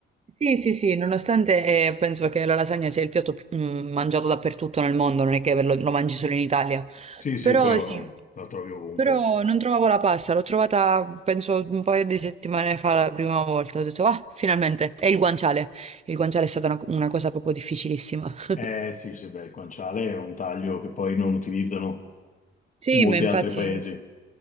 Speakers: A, on the right; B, on the left.
A: Sì, sì, sì, nonostante eh, penso che la lasagna sia il piatto più- mm, mangiato dappertutto nel mondo, non è che lo, lo mangi solo in Italia.
B: Sì, sì,
A: Però
B: però
A: sì,
B: la trovi ovunque.
A: però non trovavo la pasta, l'ho trovata penso un paio di settimane fa la prima volta, ho detto ah, finalmente, è il guanciale. Il guanciale è stata una una cosa proprio difficilissima. <laughs>
B: Eh sì, sì, beh, il guanciale è un taglio che poi non utilizzano
A: Sì,
B: in molti
A: ma infatti
B: altri paesi.